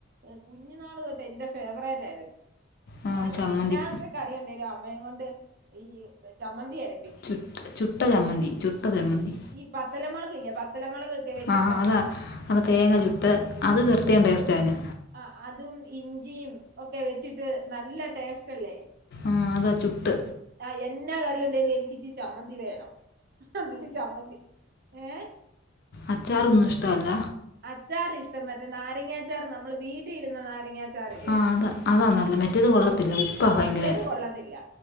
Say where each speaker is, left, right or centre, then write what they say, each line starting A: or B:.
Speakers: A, on the right; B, on the left.
A: ഏഹ് കുഞ്ഞുനാള് തൊട്ടെ എന്റെ ഫേവറേറ്റ് ആര്ന്ന്‌
B: ആ
A: ഞാൻക്കെ
B: ചമ്മന്തി
A: എന്നാക്കെ കറിണ്ടേലും അമ്മേം കൊണ്ട് ഈ ചമ്മന്തിയര
B: ചുട്ട് ചുട്ട ചമ്മന്തി ചുട്ട ചെമ്മന്തി.
A: ഈ പത്തലമുളകില്ലേ പത്തലമുളക് ഒക്കെ വെച്ചിട്ട്
B: ആഹ് അതാ അത് തേങ്ങ
A: ആ
B: ചുട്ട് അത് വെർത്തിയേം ടേസ്റ്റാന്.
A: ആഹ് അതും ഇഞ്ചിയും ഒക്കെ വെച്ചിട്ട് നല്ല ടേസ്റ്റല്ലേ?
B: ആഹ് അതാ ചുട്ട്
A: ആഹ് എന്നാ കറിയ്ണ്ടേലും എനിക്കിച്ചി ചമ്മന്തി വേണം അന്നിട്ട് ചമ്മന്തി ഏഹ്?
B: അച്ചാറൊന്നുഷ്ടല്ല?
A: അച്ചാറ് ഇഷ്ടം മറ്റേ നാരങ്ങച്ചാർ നമ്മള് വീട്ടി ഇടുന്ന നാരങ്ങ ച്ചാറില്ലേ
B: ആ അതാ അതാ നല്ലത് മറ്റേത് കൊള്ളത്തില്ല ഉപ്പാണ്
A: ആഹ്
B: ഭയങ്കര
A: മറ്റേത് കൊള്ളത്തില്ല.